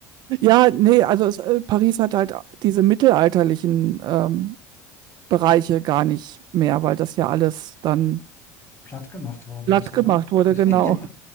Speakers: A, on the right; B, on the left.
A: Ja, nee, also es, äh, Paris hat halt diese mittelalterlichen ähm, Bereiche gar nicht mehr, weil das ja alles dann
B: Platt gemacht worden
A: glatt
B: ist, oder?
A: gemacht
B: <laughs>
A: wurde, genau.
B: Ja,